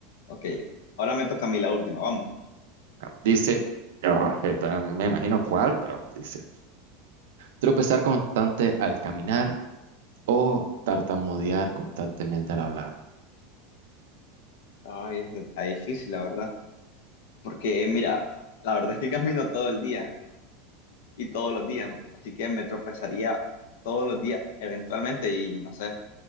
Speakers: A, on the left; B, on the right.
A: Ok, ahora me toca a mí la última, vamos.
B: Bueno, Dice, oh, esta me imagino cuál, pero dice, tropezar constante al caminar o tartamudear constantemente al hablar.
A: Ay, es- está difícil, la verdad, porque mira, la verdad es que <laughs> camino todo el día. y todos los días. Así que me tropezaría todos los días eventualmente y no sé,